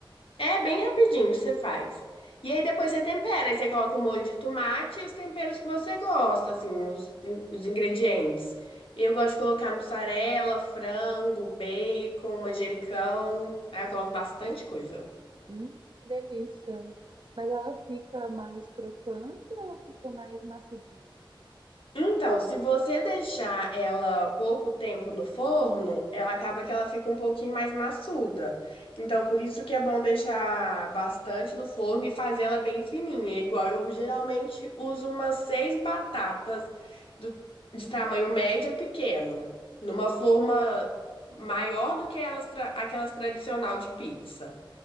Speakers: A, on the left; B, on the right.
A: É bem rapidinho, você faz. E aí depois você tempera, aí você coloca o molho de tomate e os temperos que você gosta, assim, os, in- os ingredientes. Eu gosto de colocar mussarela, frango, bacon, manjericão. Aí eu coloco bastante coisa.
B: Hum, que delícia. Mas ela fica mais crocante ou ela fica mais maçudinha, assim?
A: Então, se você deixar ela pouco tempo no forno, ela acaba que ela fica um pouquinho mais maçuda. Então, por isso que é bom deixar bastante no forno e fazer ela bem fininha. É Igual eu geralmente uso umas seis batatas do- de tamanho médio a pequeno, numa forma maior do que elas tra- aquelas tradicional de pizza.